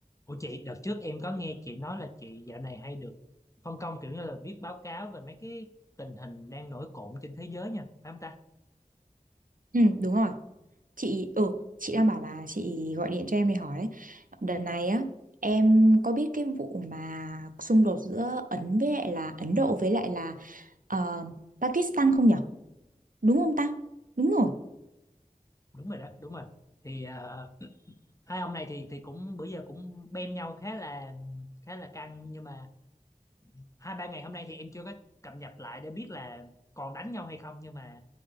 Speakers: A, on the left; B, on the right.
A: Ủa chị, đợt trước em có nghe chị nói là chị dạo này hay được phân công kiểu như là viết báo cáo về mấy cái tình hình đang nổi cộm trên thế giới nha, phải không ta?
B: Ừ, đúng rồi. Chị ừ, chị đang bảo là chị gọi điện cho em để hỏi đấy. Đợt này á, em có biết cái vụ mà xung đột giữa Ấn với lại là Ấn Độ với lại là ờ, Pakistan không nhở Đúng không ta? Đúng rồi.
A: Đúng rồi đó, đúng rồi. Thì ờ, hai ông này thì thì cũng bữa giờ cũng bem nhau khá là khá là căng nhưng mà hai ba ngày hôm nay thì em chưa có cập nhật lại để biết là còn đánh nhau hay không nhưng mà